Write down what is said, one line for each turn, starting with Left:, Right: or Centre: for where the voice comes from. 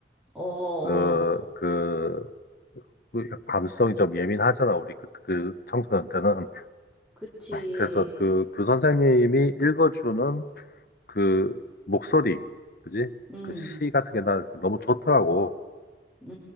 Centre: 어, 어.
Left: 그그
Centre: 어.
Left: 그 감성이 좀 예민하잖아, 우리 그, 그 청소년 때는.
Centre: 그치.
Left: 그래서 그, 그 선생님이 읽어주는 그 목소리, 그지?
Centre: 음,
Left: 그 시 같은 게 나 너무 좋더라고.
Centre: 음,